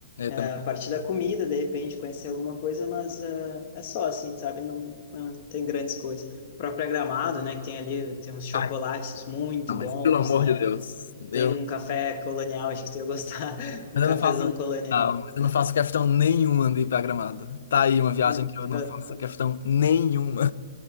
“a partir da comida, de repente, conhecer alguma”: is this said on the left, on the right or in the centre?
Left